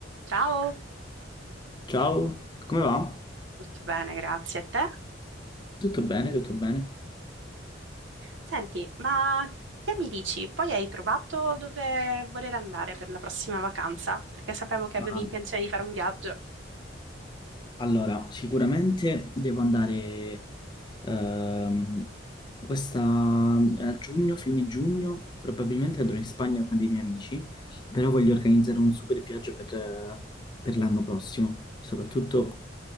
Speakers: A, on the right; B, on the left.
A: Ciao,
B: Ciao, come va?
A: tutto bene, grazie a te.
B: Tutto bene, tutto bene.
A: Senti, ma che mi dici? Poi hai trovato dove voler andare per la prossima vacanza? Perché sapevo che avevi
B: Ah,
A: intenzione di fare un viaggio.
B: allora, sicuramente devo andare ehm, questa, a giugno, fine giugno, probabilmente andrò in Spagna con dei miei amici, però voglio organizzare un super viaggio per, eh, per l'anno prossimo, soprattutto